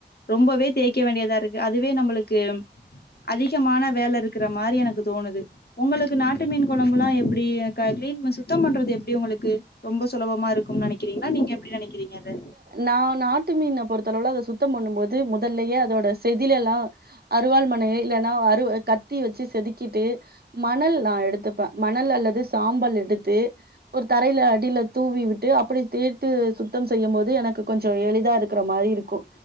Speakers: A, on the left; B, on the right.
A: ரொம்பவே தேய்க்க வேண்டியதா இருக்கு அதுவே நம்ளுக்கு அதிகாமான வேல இருக்கிற மாரி தோணுது ஒங்களுக்கு நாட் ட்டு மீன் கொழம்புல்லாம் எப்டி அ க கிளீன் சுத்தம் பண்றது எப்டி ஒங்களுக்கு ரொம்ப சுலபமா இருக்கும்னு நெனைக்கிறீங்கன்னா நீங்க எப்டி நெனைக்கிறீங்க அத
B: நா நாட்டு மீன் பொறுத்தளவுல அத சுத்தம் பண்ணும் போது முதல்லயே அதோட செதில எல்லா அறுவாள் மனைய இல்லன்னா அரு கத்தி வச்சு செதுக்கிட்டு மணல் நா எடுத்துப்பேன் மணல் அல்லது சாம்பல் எடுத்து ஒரு தரையில அடியில தூவி விட்டு அப்டியே தேத்து சுத் சுத்தம் செய்யும் போது எனக்கு கொஞ்சம் எளிதா இருக்ற மாரி இருக்கு